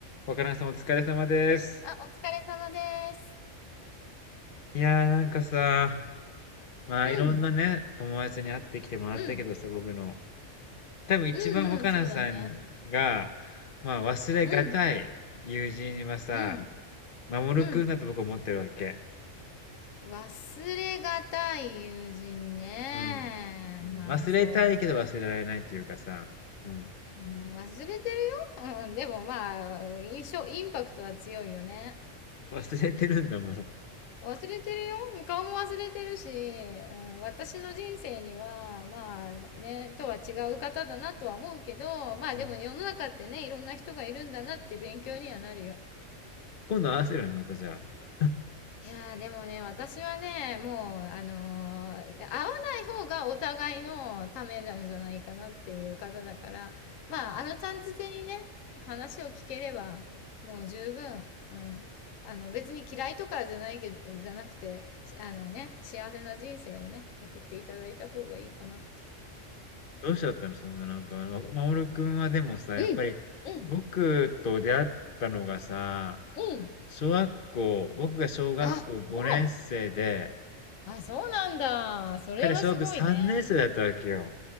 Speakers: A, on the left; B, on the left.
A: わからんさまお疲れ様です。
B: あ、お疲れ様です。
A: いやーなんかさ、まあいろんなね、
B: うん、
A: 友達に会ってきてもらったけどさ、
B: うん、
A: 僕の。多分一番若菜さんが、
B: うん、うん、そうだね。
A: まあ忘れがたい友人はさ、
B: うん、うん、
A: 守くんだと僕思ってるわけ。
B: うん。忘れがたい友人ね。
A: うん。うん忘れたいけど忘れられないというかさ、
B: まあ、そうね。
A: うん。
B: うん、忘れてるよ。うん、でもまあ、印象、インパクトは強いよね。
A: 忘れてるんだもん。
B: 忘れてるよ。顔も忘れてるし、うん、私の人生には、まあね、とは違う方だなとは思うけど、まあでも世の中ってね、
A: うん
B: いろんな人がいるんだなって勉強にはなるよ。
A: 今度合わせるね、またじゃあ。
B: いやーでもね、私はね、もう、あのー会わない方がお互いのためなんじゃないかなっていう方だから、まあ、あのちゃんづてにね、話を聞ければ、もう十分、うん。あの、別に嫌いとかじゃないけど、じゃなくて、しあのね、幸せな人生をね、送っていただいた方がいいかなって。
A: どうしちゃったの？そんななんか、ま守君はでもさ、やっぱり、
B: うん、うん、
A: 僕と出会ったのがさ、
B: うん。
A: 小学校僕が小学校5年生で、
B: あ、そう。あ、そうなんだ。それはすごいね。
A: 彼小学3年生だったわけよ。